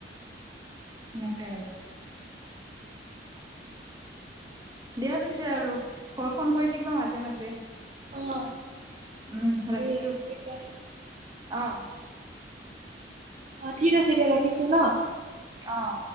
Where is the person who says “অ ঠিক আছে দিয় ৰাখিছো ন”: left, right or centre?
Right